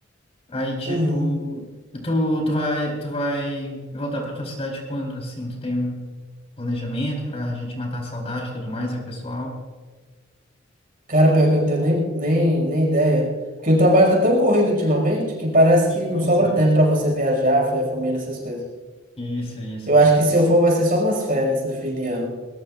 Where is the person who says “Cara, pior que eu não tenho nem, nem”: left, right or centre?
Right